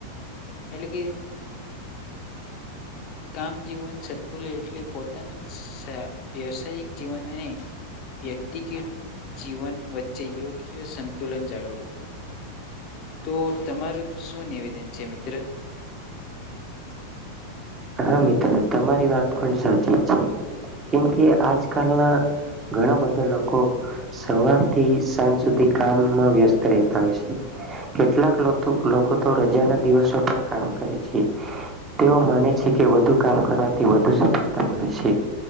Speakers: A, on the left (about 35°); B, on the right (about 20°).
A: એટલે કે કામ જીવન સતુલ એટલે પોતાના સા વ્યવસાયિક જીવન અને વ્યક્તિગત જીવન વચ્ચે યોગ્ય સંતુલન જાળવવું. તો તમારું શું નિવેદન છે મિત્ર?
B: હા મિત્ર તમારી વાત પણ સા ચી છે. કેમ કે આજ આજકાલના ઘણા બધા લોકો સવારથી સાંજ સુધી કામમાં વ્યસ્ત રહેતા હોય છે. કેટલાક લોથુ લોકો તો રજાના દિવસો પણ કામ કરે છે. તેઓ માને છે કે વધુ કામ કરવાથી વધુ સફળતા મળે છે.